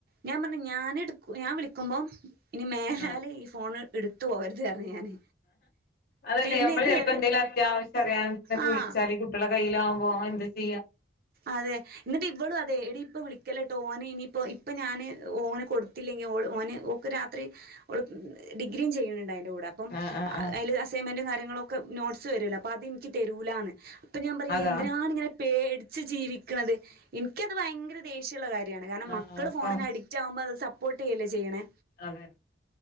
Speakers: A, on the right; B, on the left.
A: ഞാൻ പറഞ്ഞ് ഞാൻ എടു ഞാൻ വിളിക്കുമ്പം ഇനി മേലാല്
B: ആഹ്
A: ഈ ഫോണ് ഇടുത്ത് പോവരുത് പറഞ്ഞ് ഞാന്
B: അതല്ലേ
A: പിന്നെ
B: ഞമ്മള്
A: ഇതുവരെ
B: ചെലപ്പോ എന്തെങ്കിലും അത്യാവിശ്യം അറിയാനൊക്കെ ചെലപ്പൊ
A: ആഹ്
B: വിളിച്ചാല് കുട്ടികളെ കയിലാവുമ്പോ ഓൻ എന്താ ചെയ്യാ
A: അതെ ഇന്നട്ട് ഇവള് ഇതെയ് എടീ ഇപ്പം വിളിക്കല്ലേ ട്ടോ ഓന് ഇനിയിപ്പോ ഇപ്പം ഞാന് ഓന് കൊടുത്തില്ലെങ്കി ഓള് ഓന് ഓക്ക് രാത്രി ഓള് ഡിഗ്രിയും ചെയ്യ്‌ണ്‌ണ്ട് അയിന്റെ കൂടെ അപ്പം
B: ആഹ് ആഹ് ആഹ്
A: അയില് അസൈൻമെന്റും കാര്യങ്ങളും ഒക്കെ നോട്ട്സ് വരുല്ലോ അപ്പൊ അത് ഇൻക്ക് തരൂലാന്ന് അപ്പം ഞാൻ പറയും
B: അതാ
A: ഇയ്യ് എന്തിനാന്ന് ഇങ്ങനെ പേടിച്ച് ജീവി ക്ക്ണത് ഇൻക്ക് അത് ഭയങ്കര ദേഷ്യം ഉള്ള കാര്യാണ് കാരണം
B: ആ
A: മക്കള് ഫോണിന്
B: പ
A: അഡി ക്റ്റാകുമ്പോ അവര് സപ്പോർട്ട് ചെയ്യല്ലേ ചെയ്യണേ
B: അതെ